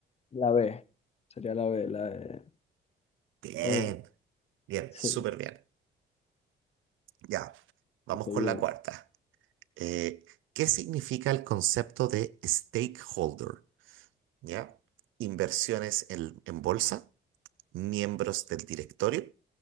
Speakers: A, on the left; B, on the right.
A: La B, sería la B, la de...
B: Bien,
A: comen-
B: bien,
A: Sí,
B: súper bien. Ya, vamos
A: seguimos.
B: con la cuarta. Eh, ¿qué significa el concepto de stakeholder? ¿Ya? Inversiones en, en bolsa, miembros del directorio,